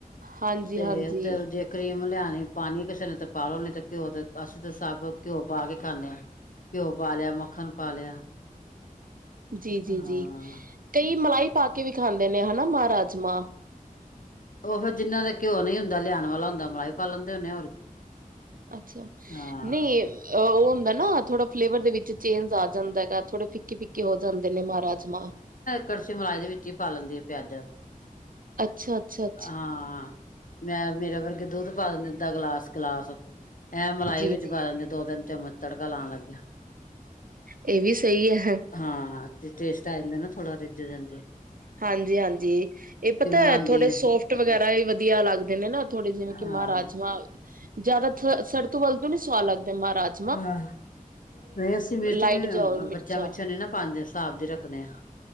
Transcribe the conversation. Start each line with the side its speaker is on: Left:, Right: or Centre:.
Right: ਹਾਂਜੀ-
Left: ਤੇ
Right: ਹਾਂਜੀ।
Left: ਉਤੇ ਜੇ ਕਰੀਮ ਲਿਆਣੀ ਪਾਣੀ। ਕਿਸੇ ਨੇ ਤਾਂ ਪਾਲੋ ਨੀ ਤੇ, ਘਿਓ ਤੇ ਅਸੀਂ ਤਾਂ ਸਭ ਘਿਓ ਪਾ ਕੇ ਖਾਂਦੇ ਹਾਂ। ਘਿਓ ਪਾ ਲਿਆ। ਮੱਖਣ ਪਾ ਲਿਆ।
Right: ਜੀ-
Left: ਹਾਂ
Right: ਜੀ- ਜੀ, ਕਈ ਮਲਾਈ ਪਾ ਕੇ ਵੀ ਖਾਂਦੇ ਨੇ ਹਨਾ, ਮਾਹ ਰਾਜਮਾਂ।
Left: ਉਹ ਫਿਰ ਜਿੰਹਨਾਂ ਦਾ ਘਿਓ ਨਹੀਂ ਹੁੰਦਾ। ਲਿਆਉਣ ਵਾਲਾ ਹੁੰਦਾ, ਮਲਾਹੀ ਪਾ ਲੈਣਦੇ ਹੋਣੇ ਹੋਰ
Right: ਅੱਛਾ।
Left: ਹਾਂ
Right: ਨਹੀਂ, ਉਹ ਹੁੰਦਾ ਨਾ ਥੋੜਾ ਫਲੇਵਰ ਦੇ ਵਿੱਚ ਚੇਂਜ ਆ ਜਾਂਦਾ ਹੈਗਾ। ਥੋੜੇ ਫਿੱਕੇ- ਫਿਕੇ ਹੋ ਜਾਂਦੇ ਨੇ ਮਹਾਰਾਜਮਾਂ।
Left: ਕੜਸੀੇ ਮਲਾਈ ਜੀ ਦੇ ਵਿੱਚ ਹੀ ਪਾ ਲੈਂਦੇ ਆ। ਪਿਆਜ਼ਾਂ
Right: ਅੱਛਾ- ਅੱਛਾ।
Left: ਹਾਂ। ਮੈਂ, ਮੇਰਾ ਵਰਗੇ ਦੁੱਧ ਪਾ ਦਿੰਦੇ ਅੱਧਾ ਗਲਾਸ- ਗਿਲਾਸ। ਇਹ ਮਲਾਈ
Right: ਜੀ-ਜੀ
Left: ਵਿੱਚ ਪਾ ਦਿੰਦੇ, ਦੋ-ਤਿੰਨ ਚਮਚ ਤੜਕਾ ਲਾਉਣ ਲੱਗਿਆ।
Right: ਇਹ ਵੀ ਸਹੀ ਹੈ।
Left: ਹਾਂ। ਤੇ ਟੇਸਟ ਆ ਜਾਂਦੇ ਨਾ ਥੋੜਾ ਰਿੱਜੜ ਜਾਂਦੀ ਐ।
Right: ਹਾਂਜੀ- ਹਾਂਜੀ ਇਹ ਪਤਾ
Left: ਲਾਉਂਦੇ
Right: ਹੈ। ਥੋੜੇ
Left: ਆ
Right: ਸੋਫਟ ਵਗੈਰਾ ਹੀ ਵਧੀਆ ਲੱਗਦੇ ਨੇ ਨਾ। ਥੋੜੇ ਜਿਵੇਂ, ਕਿ
Left: ਹਾਂ
Right: ਮਹਾਰਾਜਮਾ, ਜਿਆਦਾ ਸਰ-ਸਰਤ ਵੱਲ ਤੋਂ ਨੀ ਸਆਦ ਲੱਗਦੇ ਮਹਾਰਾਜ।
Left: ਹਾਂ। ਨਹੀਂ, ਅਸੀਂ ਮਿਰਚ
Right: ਲਾਈਟ
Left: ਨੀ,
Right: ਜਾ ਹੋਵੇ ਮਿਰਚਾਂ
Left: ਬੱਚਿਆਂ-ਬੱਚਿਆਂ ਨਾ ਪਾਉਂਦੇ, ਹਿਸਾਬ ਦੀ ਰੱਖਦੇ ਹਾਂ।